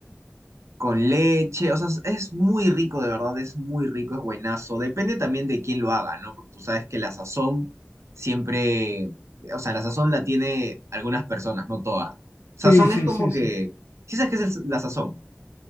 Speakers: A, on the right; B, on the left.
A: con leche, o sea, es es muy rico, de verdad, es muy rico, es buenazo. Depende también de quién lo haga, ¿no? Porque tú sabes que la sazón siempre, o sea, la sazón la tiene algunas personas, no todas, ¿no? Sazón
B: sí, sí,
A: es como
B: sí,
A: que,
B: sí.
A: sí sabes qué es el- la sazón, ¿no?